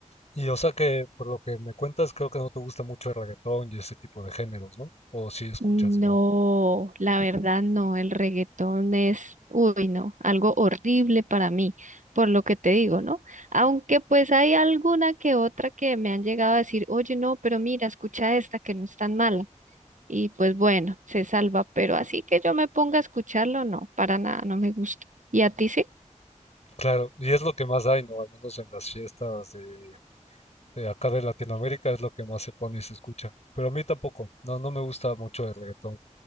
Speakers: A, on the left; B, on the right.
A: Y o sea que por lo que me cuentas, creo que no te gusta mucho el reggaetón y ese tipo de géneros, ¿no? O si escuchas
B: No,
A: igual.
B: la verdad no, el reggaetón es, uy, no, algo horrible para mí, por lo que te digo, ¿no? Aunque pues hay alguna que otra que me han llegado a decir, oye, no, pero mira, escucha esta que no es tan mala. Y pues bueno, se salva, pero así que yo me ponga a escucharlo, no, para nada, no me gusta. ¿Y a ti sí?
A: Claro, y es lo que más hay, ¿no? Al menos en las fiestas de, de acá de Latinoamérica es lo que más se pone y se escucha. Pero a mí tampoco, no, no me gusta mucho el reggaetón.